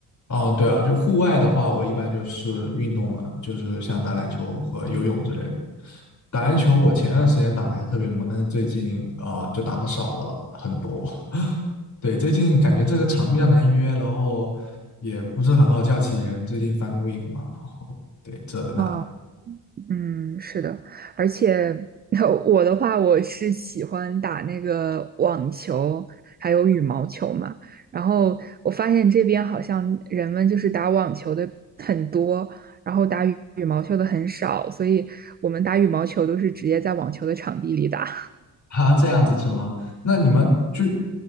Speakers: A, on the left; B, on the right.
A: 嗯，对啊，就户外的话，我一般就是运动了，就是像打篮球和游泳之类的。打篮球我前段时间打的还特别猛，但是最近啊，呃就打的少了很多。<laughs> 对，最近感觉这个场比较难约，然后也不是很好叫起人。最近 f i n Week 嘛，对，这那。
B: 啊。嗯，是的，而且 <laughs> 我的话，我是喜欢打那个网球，还有羽毛球嘛。然后我发现这边好像人们就是打网球的很多，然后打羽羽毛球的很少，所以我们打羽毛球都是直接在网球的场地里打。
A: <laughs> 哈，这样子是吗？那你们就